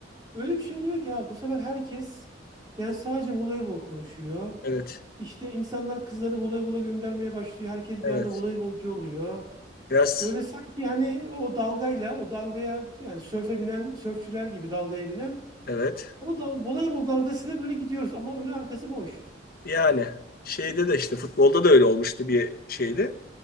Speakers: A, on the right; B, on the left.
A: öyle bir şey oluyor ki abi bu sefer herkes yani sadece voleybol konuşuyor.
B: evet,
A: İşte insanlar kızlarını voleybola göndermeye başlıyor. Herkes
B: evet.
A: bir anda voleybolcu oluyor.
B: Biraz,
A: Böyle sanki hani o dalgayla, o dalgaya yani sörfe binen, sörfçüler gibi dalgaya binen
B: evet.
A: o da, voleybol dalgasıyla böyle gidiyoruz ama önü arkası boş.
B: Yani şeyde de işte futbolda da öyle olmuştu bir şeyde.